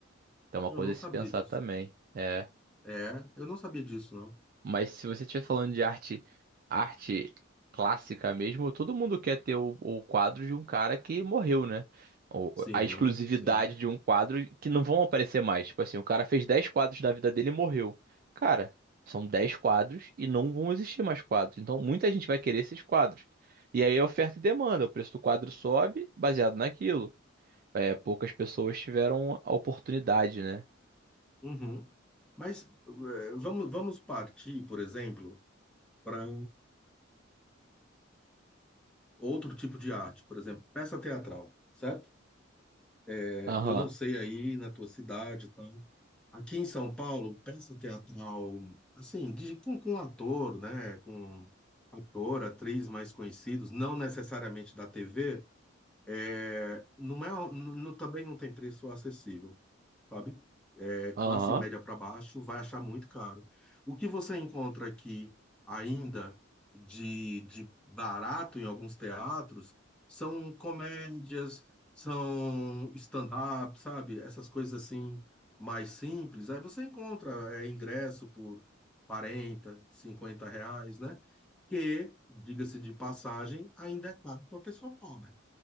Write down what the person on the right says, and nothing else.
Então é uma
coisa
a
se pensar
também. é
Mas se você estiver falando de arte, arte clássica mesmo, todo mundo quer ter o, o quadro de um cara que morreu, né? Ou
a exclusividade
de um quadro que não vão aparecer mais. Tipo assim, o cara fez 10 quadros da vida dele e morreu. Cara, são 10 quadros e não vão existir mais quadros. Então muita gente vai querer esses quadros. E aí é oferta e demanda, o preço do quadro sobe baseado naquilo. É, poucas pessoas tiveram a oportunidade, né?
Aham,
aham,